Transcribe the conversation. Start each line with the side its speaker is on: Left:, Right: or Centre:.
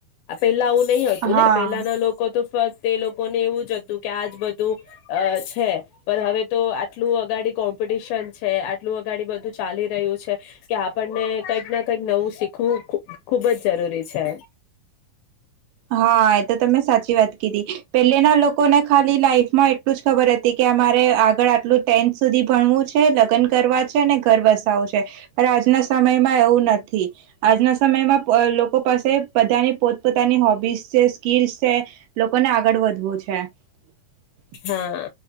Left: આ પેલા ઓલ નહી હતું
Right: હા
Left: ને પેલાના લોકો તો ત તે લોકોને એવું જ હતું. કે આજ બધું અ છે. પણ હવે તો આટલું અગાડી કોમ્પ મ્પિટિશન છે, આટલું અગાડી બધું ચાલી રહ્યું છે, કે આપણને કંઈક ના કંઈક નવું શીખવું ખૂ ખૂબ જ જરૂરી છે.
Right: હા એ તો તમે સાચી વાત કીધી પેલેના લોકોને ખાલી લાઈફમાં એટલું જ ખબર હતી કે આ માર રે આગળ આટલું જ ટેન્થ સુધી ભણવું છે, લગ્ન કરવા છે ને, ઘર વસાવુ છે, પણ આજના સમયમાં એવું નથી. આજના સમયમાં લોકો પાસે બધાની પોત પોતાની હોબ બીસ છે, સ્કીલસ છે. લોકોને આગળ વધવું છે. હમ
Left: હા